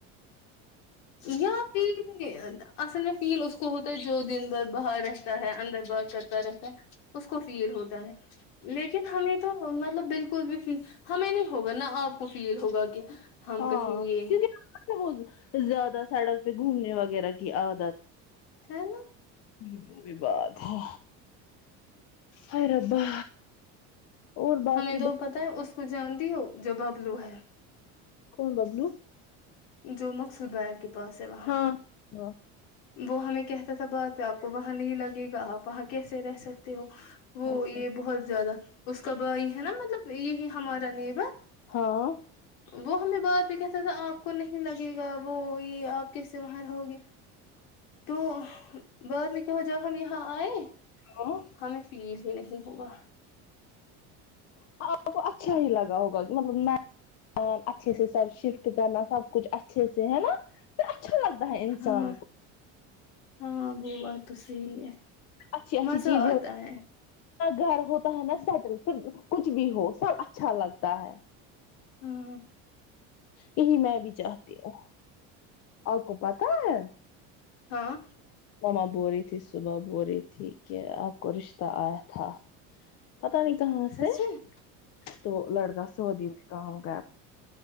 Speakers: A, on the left; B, on the left.
A: یا پھر اصل میں فیل اس کو ہوتا ہے جو دن بھر باہر رہتا ہے اندر با ہر رہتا ہے اس کو فیل ہوتا ہے لیکن ہمیں تو مطلب بالکل بھی فیل ہمیں نہیں ہوگا نہ آپ کو فیل ہوگا کہ ہم
B: ہاں
A: کہیں یہ
B: کیونکہ وہ زیادہ سڑک پہ گھومنے وغیرہ کی عادت
A: خانا
B: ہمم وہ بھی بات ہے ہاے ربا اور باقی
A: ہمیں تو پتہ ہے اس کو جانتی ہو جو ببلو ہے
B: کون ببلو
A: جو مقصود بھایا کے پاس ہے وہاں
B: ہاں ہاں
A: وہ ہمیں کہتا تھا بات آپ کو وہاں نہیں لگے گا آپ وہاں کیسے رہ سکتے ہو وہ
B: اچھا
A: یہ بہت زیادہ اس کا بھائی ہے نا مطلب یہی ہمارا نیبر
B: ہاں
A: وہ ہمیں بعد پہ کہتا تھا آپ کو نہیں لگے گا وہ یہ آپ کیسے وہاں رہو گے تو بعد میں کیا جب ہم یہاں آئے
B: ہاں
A: ہمیں فیل ہی نہیں ہوا
B: آپ کو اچھا ہی لگا ہوگا کہ مطلب میں اچھے سے سب شفٹ کرنا سب کچھ اچھے سے ہے نا پھر اچھا لگتا ہے انسان
A: ہاں
B: کو
A: ہاں بات تو صحیح ہے
B: اچھی اچھی
A: مزہ
B: چیزیں
A: آتا ہے
B: گھر ہوتا ہے نا سیٹل پھر کچھ بھی ہو سب اچھا لگتا ہے
A: ہوں
B: یہی میں بھی چاہتی ہوں اور کو پتا ہے
A: ہاں
B: ماما بول رہی تھی صبح بول رہی تھی کہ آپ کو رشتہ آیا تھا پتا نہیں کہاں
A: سچ
B: سے
A: میں
B: تو لڑکا سعودی میں کہاں گیا